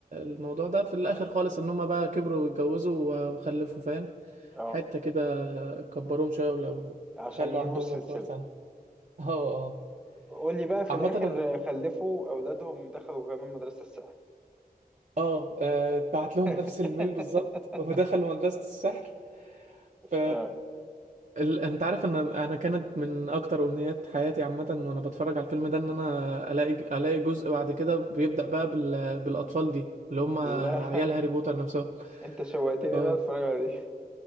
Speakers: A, on the right (about 50°); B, in the centre.
A: الموضوع ده في الآخر خالص ان هما بقى كبروا واتجوزوا و- وخلفوا فاهم
B: اه
A: حتة كده كبروهم شوية ولو
B: عشان
A: خلوا
B: ينهوا
A: عندهم
B: السلسلة
A: وقار سنة اه اه
B: قول لي بقى في
A: عامة
B: الآخر خلفوا أولادهم دخلوا كمان مدرسة السحر
A: اه آه، بعت لهم
B: <laughs>
A: نفس الميل بالظبط ودخلوا مدرسة السحر ف
B: اه
A: ال... انت عارف ان انا كانت من اكتر امنيات حياتي عامة وانا بتفرج على الفيلم ده ان انا الاقي الاقي جزء بعد كده بيبدأ بقى بال... بالاطفال دي اللي هم
B: لا
A: عيال هاري بوتر نفسهم
B: انت شوقتني ان
A: اه
B: انا اتفرج عليه